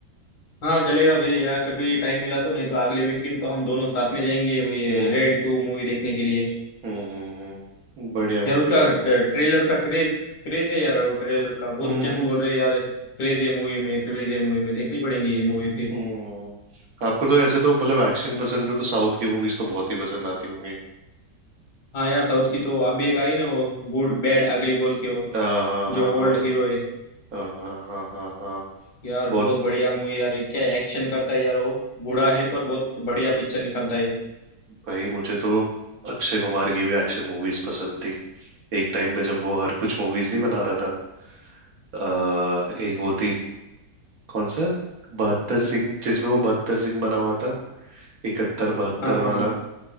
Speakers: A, on the left; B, on the right.
A: हाँ चलेगा भाई यार कभी टाइम मिला तो नहीं तो अगले वीकेंड को हम दोनों साथ में जाएंगे ये
B: हम्म
A: रेड टू मूवी देखने के लिए
B: हम्म हम्म हम्म, बढ़िया मूवी
A: यार उसका
B: है हम्म
A: ट- ट्रेलर का क्रेज क्रेज है यार वो ट्रेलर का बहुत
B: हम्म
A: जन बोल रहे हैं यार क्रेज है मूवी में क्रेज है मूवी में देखनी पड़ेंगी ये मूवी फिर
B: हम्म। आपको तो ऐसे तो मतलब एक्शन पसंद है तो साउथ की मूवीज तो बहुत ही पसंद आती होंगी
A: हाँ यार साउथ की तो अभी एक आई ना वो गुड बैड अगली बोल के वो
B: हाँ हाँ हाँ
A: जो ओल्ड हीरो है
B: हाँ हाँ हाँ हाँ हाँ, हाँ,
A: यार
B: बहुत
A: बहुत बढ़िया मूवी यार क्या एक्शन करता है यार वो बूढ़ा
B: <laughs>
A: है पर बहुत बढ़िया पिक्चर निकलता है
B: भाई मुझे तो अक्षय कुमार की भी एक्शन मूवीज पसंद थी एक टाइम पे जब वो हर कुछ मूवीज नहीं बना रहा था अ, एक वो थी कौन सा बहत्तर सिंह जिसमें वो बहत्तर सिंह बना हुआ था इकहत्तर बहत्तर
A: हाँ हाँ
B: वाला
A: हाँ